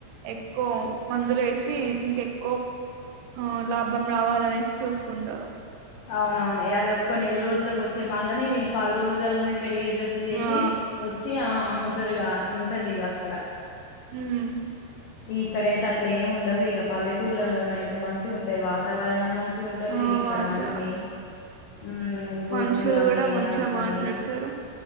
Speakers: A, on the right; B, on the left.
A: ఎక్కువ మందులు వేసి ఇంక ఎక్కువ. ఆ లాభం రావాలనేసి చూసుకుంటారు.
B: అవునవును యాది ఒప్పుకో వృద్ధిలోకి వచ్చే పంటని వీళ్ళు పది రోజులనే పెరిగేటట్టు చేసి
A: ఆ
B: వచ్చి ఆ అమ్ముదురుగా అట్లుంటది ఇక అక్కడ
A: మ్
B: ఇక్కడయితే అట్లే ఏమి ఉండదు ఇక పల్లెటూర్లలో నయితే మంచిగా ఉంటాది వాతావరణం మంచిగా వ ఉంటుది
A: ఆ
B: ఇక్కడ
A: వాత
B: అన్ని. ఉ గొడ్లు
A: మనుషులు
B: అని
A: కూడా మంచిగా
B: అవ్వని
A: మాట్లాడతారు